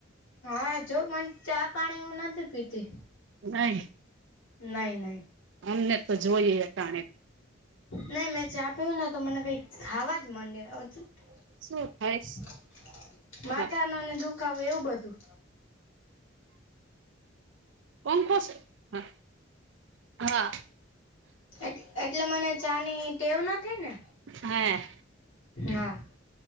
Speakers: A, on the left; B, on the right.
A: હા જો, મને ચા-પાણી ઉં નથી પીતી.
B: નઈ
A: નઈ નઈ
B: અમને તો જોઈએ અટાણે
A: નઈ મેં ચા પીઉં ને તો મને કંઈક થાવા જ મંડે <unintelligible>
B: શું થાય
A: માથાનો
B: હા
A: ને દુ ખાવો એવું બધું
B: પંખો છે હા હા
A: એટ એટલે મને ચાની ટેવ નથી ને
B: હે
A: હા